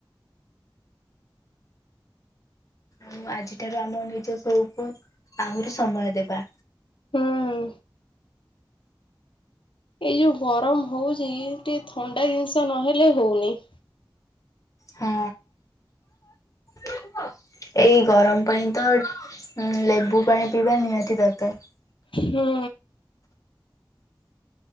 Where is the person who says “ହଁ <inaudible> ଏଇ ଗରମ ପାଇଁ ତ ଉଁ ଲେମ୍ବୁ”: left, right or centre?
Left